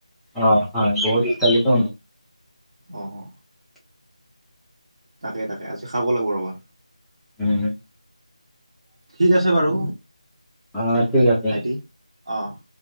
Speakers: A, in the centre; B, on the right (about 50°).
A: অ হয় বহুত ষ্টাইলতো
B: আহ তাকে তাকে আজি খাব লাগিব ৰবা।
A: উম
B: ঠিক আছে বাৰু।
A: অ ঠিক আছে
B: ভাইটি অঁ।